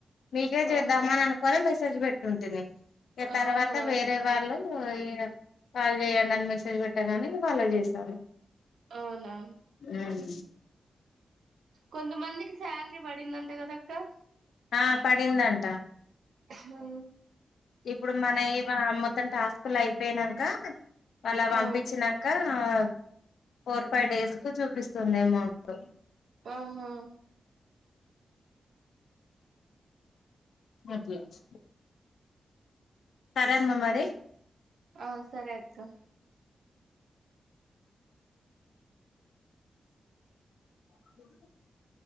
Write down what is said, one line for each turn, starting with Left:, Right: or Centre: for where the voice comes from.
Left: మీకే చేద్దామ
Right: ఆహా
Left: అని అనుకోని మెసేజ్ పెట్ ఉంటుంది తర్వాత
Right: ఆహా
Left: వేరే వాళ్ళు ఇగ కాల్ చేయండి అని మెస్ అదిపెట్టగానే వాళ్ళకు చేసాను
Right: అవునా
Left: ఉమ్
Right: కొంతమందికి శాల్రీ పడిందంట కదాక్క
Left: ఆ పడిందంట
Right: అ హా
Left: ఇప్పుడు మన ఇవ మొత్తం టాస్కులు అయిపోయినాక వాళ్ల పంపించినాక
Right: ఆ
Left: ఆ ఫోర్ ఫైవ్ డేస్ కు చూపిస్తుంది ఎమౌంట్
Right: ఆహా
Left: అపిచ్ సరే అమ్మ మరి
Right: ఆ సరే అక్క
Left: <unintelligible>